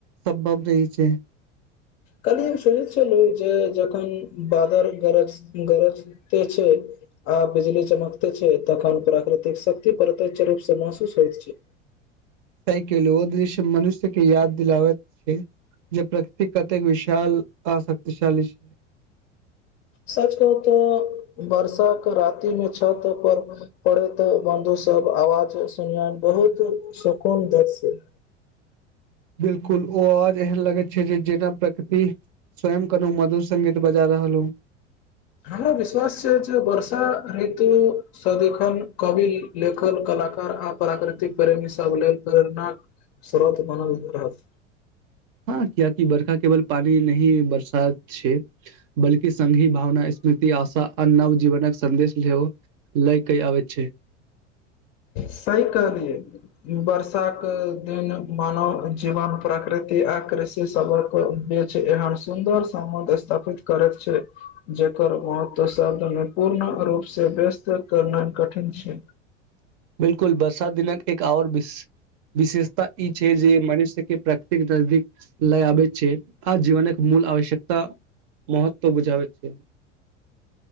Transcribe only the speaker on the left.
काली एम सुज छै जे जे जखन बादल गरज गरजते छै आ बिजली चमकते छै छै तखन प्राकृतिक शक्ति प्रत्य्ष रूप से महसूस होइत छै
सच कह तऽ बर्षा के राति मे छत पर पड़े तऽ बन्दु ओ सब आवाज सुनयन बहुत सुकून दद से
हमरो विश्वास छै जे वर्षा ऋतुसँ देखन कवि लेखल कलाकार आ प्राकृतिक प्रेमी सब लेल प्रेरणाक स्रोत बनल रहत
सही कहलियै बर्षाक दिन मानव जीवन प्रकृति आ कृषि सबक बीच एहन सुदर समध स्थापित करैत छै जेकर महत्व शब्द पूर्ण रूप से व्यस्त करना कठिन छै